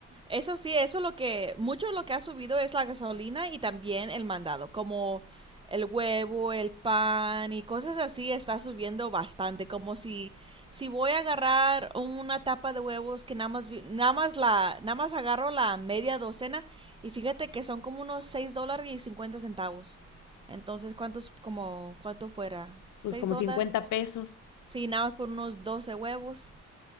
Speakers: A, on the right (about 15°); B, on the left (about 75°).
A: Eso sí, eso es lo que, mucho de lo que ha subido es la gasolina y también el mandado, como el huevo, el pan y cosas así está subiendo bastante, como si si voy a agarrar una tapa de huevos que nada más vi- nada más la nada más agarro la media docena y fíjate que son como unos seis dólares y cincuenta centavos. Entonces, ¿cuántos como cuánto fuera? ¿Seis
B: Pues como
A: dólares?
B: cincuenta pesos.
A: Sí, nada más por unos 12 huevos.